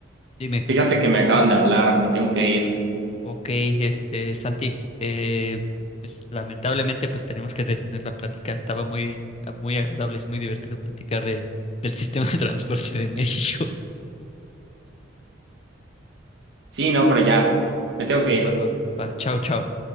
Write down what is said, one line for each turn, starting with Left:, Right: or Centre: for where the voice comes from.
Left: Dime,
Right: fíjate que me acaban de hablar, me tengo que ir.
Left: ok, este, Santi, eh, pues, lamentablemente pues tenemos que detener la plática. Estaba muy, muy agradable, es muy divertido platicar de, del sistema de transporte de México.
Right: Sí, no, pero ya, me tengo
Left: <laughs>
Right: que ir.
Left: Va, va, va, chao, chao.